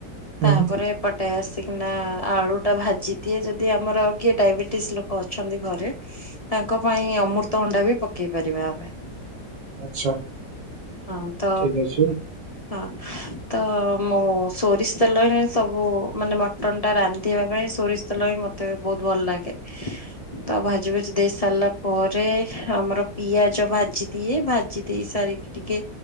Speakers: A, on the right; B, on the left.
A: ହୁଁ,
B: ତାପରେ ପଟ ନା ଆଳୁ ଟା ଭାଜି ଦଏ ଯଦି ଆମର କିଏ ଡାଇବେଟିସ୍ ଲୋକ ଅଛନ୍ତି ଘରେ ତା ଙ୍କ ପାଇଁ ଅମୃତ ହଣ୍ଡା ବି ପକେଇ ପାରିବା ଆମେ
A: ଆଚ୍ଛା
B: ହଁ ତ
A: ଠିକ ଅଛି।
B: ହଁ ତ ମୁଁ ସୋରିଷ ତେଲ ହିଁ ସବୁ ମାନେ ମଟନ୍ ଟା ରାନ୍ଧିବା ପାଇଁ ସୋରିଷ ତେଲ ହିଁ ମତ ମତେ ବହୁତ ଭଲ ଲାଗେ ତ ଭାଜି ଭଜି ଦେଇ ସାରିଲା ପରେ ଆମର ପିଆଜ ଭାଜି ଦିଏ ଭାଜି ଦେଇ ସାରିକି ଟିକେ